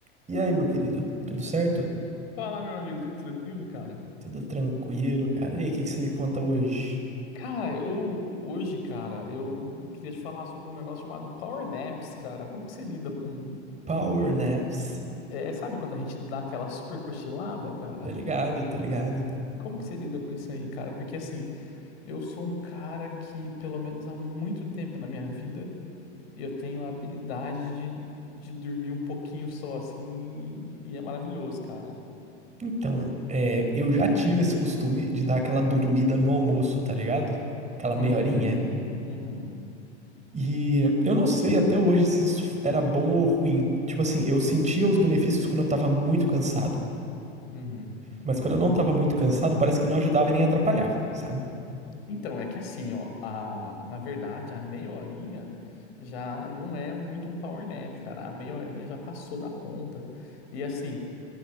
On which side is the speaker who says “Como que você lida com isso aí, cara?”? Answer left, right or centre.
Left